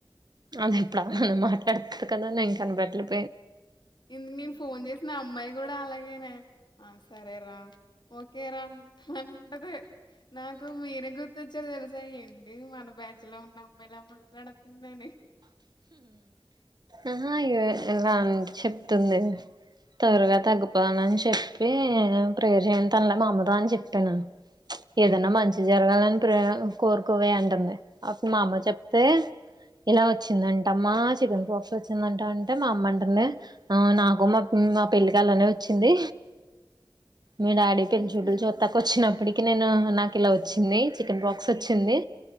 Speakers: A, on the right; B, on the left.
A: అద ఇప్పుడున్న మాట పెడతు కదా నే ఇం కనపెట్టలేదు
B: ఇందుకు నేను ఫోన్ చేసిన నా అమ్మాయి కూడా అలాగేనేస సరేరా ఓకేరా అంటదే నాకు మీర గుర్తుొచ్చ స తెలుసా ఏంటి మన బ్యాచ్ లో ఉన్న అమ్మాయిలా మాట్లాడుతుందని
A: ఆ అయ్యో ఇలా చెప్తుంది త్వరగా తగ్గిపోవాలని
B: ఉమ్.
A: చెప్ప చెప్పి ప్రేరు చేయ తనల మా అమ్మతో అని చెప్పానును, ఏదన్నా మంచి జరగాలని ప్రే కోరుకోవే అంటుంది, అప్పుడు మా అమ్మ చెప్తే ఎలా వచ్చిందంటమ్మా చికెన్ పాక్స్ వచ్చిందంటా అంటే, మా అమ్మ అంటనే నాకు మా మా పెళ్ళికి అలానే వచ్చింది. మీ డాడీ పెలి
B: ఉహు
A: చుడ్లు చూత్తాక వచ్చినప్పటికి చికెన్ నాకు ఇలా వచ్చింది చికెన్ బాక్స్ వచ్చింది,